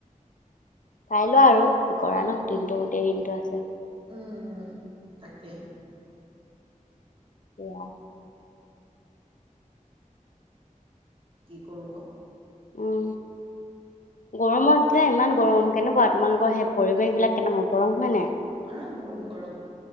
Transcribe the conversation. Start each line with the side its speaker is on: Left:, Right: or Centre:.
Left: চাই লোৱা আৰু কি কৰা ন দিনটো গোটেই দিনটো আছে।
Right: উম উম তাকে-।
Left: এয়া
Right: কি কৰোঁ ক'-!
Left: উম। গৰমত যেতিয়া ইমান গৰম কেনেকুৱা তোমালোকৰ সেই পৰিৱেশ বিলাক কেনেকুৱা গৰম হয় নাই।
Right: অহ বহত গৰম।